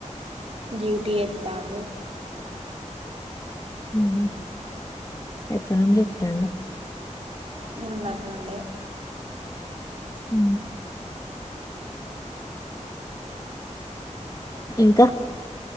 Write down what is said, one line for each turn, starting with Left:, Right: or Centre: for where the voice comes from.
Right: డ్యూటీ జేతండు.
Left: హ్మ్. ఎప్పనుంచి జేస్తాండు.
Right: మొన్నటి నుండే
Left: ఉ ఇంకా